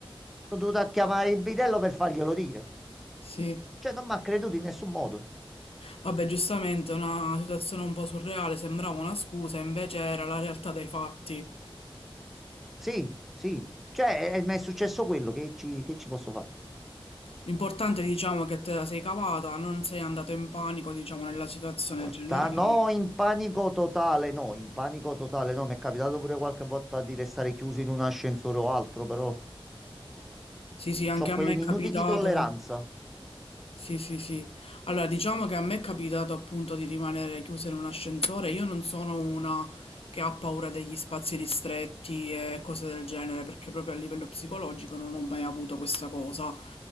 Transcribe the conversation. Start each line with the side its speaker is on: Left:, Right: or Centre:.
Centre: Sono dovuto a chiamare il bidello per farglielo dire.
Left: Sì.
Centre: Cioè, non mi ha creduto in nessun modo.
Left: Vabbè, giustamente una situazione un po' surreale, sembrava una scusa, invece era la realtà dei fatti.
Centre: Sì, sì. Cioè, eh, mi è successo quello che ci, che ci posso fare?
Left: L'importante, diciamo, è che te la sei cavata, non sei andato in panico, diciamo, nella situazione
Centre: Porta,
Left: generale.
Centre: no, in panico totale, no, in panico totale, no. Mi è capitato pure qualche volta di restare chiuso in un ascensore o altro, però
Left: Sì, sì, anche
Centre: c'ho
Left: a
Centre: quei
Left: me è
Centre: minuti
Left: capitato.
Centre: di tolleranza.
Left: Sì, sì, sì. Allora, diciamo che a me è capitato appunto di rimanere chiusa in un ascensore. Io non sono una che ha paura degli spazi ristretti e cose del genere, perché proprio a livello psicologico non ho mai avuto questa cosa.